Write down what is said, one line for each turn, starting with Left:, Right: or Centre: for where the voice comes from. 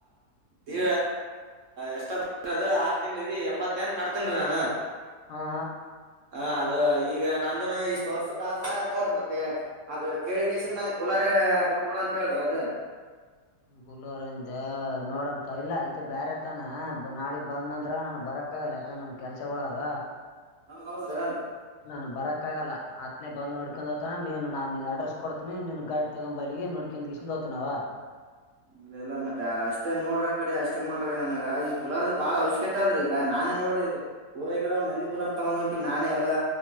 Right: ಡಿ ಎಷ್ಟ ಬದ ತಿಂಗ್ಳಿಗಿ ಎಂಬತ್ತ ಏನ್ ಕಟ್ತನ್ರೀ ನಾನ
Left: ಹ್ಞಾ.
Right: ಹ ಅದ ಈಗ ನಂದನ್ ಇಷ್ಟ ವರ್ಷದ ಆದ ನೋಡ್ ಮತ್ತೆ ಅದ ಕೇಳಿಗೆಸಿನ್ ನನ್ಗ್ ಬುಲಾರ ಅ ಬಿಟ್ಟ ಬಿಡ ಅಂತ ಹೇಳ್ರಿ ಅದ
Left: ಬುಲೋರ್ಂದ ನೋಡನ ತು ಇಲ್ಲ ಇತ ಬೇರೆತಾನ ನಾಳಿ ಬಂದಂದ್ರ ನನ್ ಬರ ಕ ಲೇಕ ನನ್ ಕೆಲ್ಸಗೋಳ ಅದ
Right: ಹೌದ ಹೌದ್ರಿ ಏನ್ರಿ.
Left: ನನ್ ಬರಕ್ಕ ಆಗಲ್ಲ ಅತ್ನ ಬಂದ ನೋಡ್ಕೊಂಡ ಹೋತಾನ ನೀನ ನನ ಅಡ್ರೆಸ ಕೊಡ್ತೀನಿ ನೀನ್ ಗಾಡಿ ತಗೊಂಡ ಬಾ ಅಲ್ಲಿಗಿ ನೋಡ್ಕೊಂಡ ಗಿಸ್ಕಿದ ಹೋತನ ಆವ
Right: <inaudible> ಇಲ್ಲ ಇಲ್ಲ ಮತ್ತ ಅಷ್ಟೇ ನೋಡ್ರ ಅಕಡೆ ಅಷ್ಟೇ ಮಾಡ್ರಿ ನನಗ ಈಗ ಬುಲರ್ದ ಬಾಳ ಅವಶ್ಯಕತೆ ಅದ್ರಿ ಈಗ ನಾನ್ ನೋಡ್ರಿ ಇಲ್ಲಿ ಊರಾಗಿರೋ ಮಂದಿ ಬುಲರ್ ತುಗೊಂದ ಹೊಂಟಿ ನಾನೇ ಎಲ್ಲಾ